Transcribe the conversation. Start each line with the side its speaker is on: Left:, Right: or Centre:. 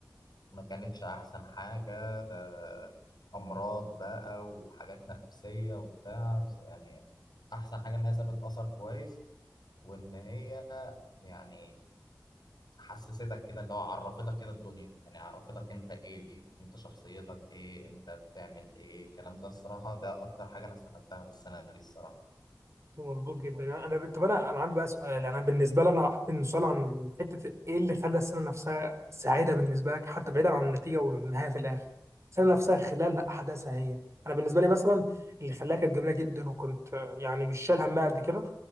Left: ما كانتش أحسن حاجة ده أمراض بقى وحاجات نفسية وبتاع بس يعني أحسن حاجة إن هي سابت أثر كويس وإن هي يعني حسستك كده اللي هو عرفتك كده الدنيا يعني عرفتك انت ايه انت شخصيتك ايه انت بتعمل ايه الكلام ده الصراحة ده اكتر حاجة انا استفدتها في السنة دي الصراحة
Right: مظبوط جدا انا طب انا انا عندي بقى سؤال انا بالنسبه لي انا هحط سؤال عن حته ايه اللي خلى السنه نفسها سعيده بالنسبه لك حتى بعيدا عن النتيجه والنهايه في الاخر السنه نفسها خلال احداثها هي انا بالنسبه لي مثلا اللي خلاها كانت جميله جدا وكنت آه، يعني مش شايل همها قد كده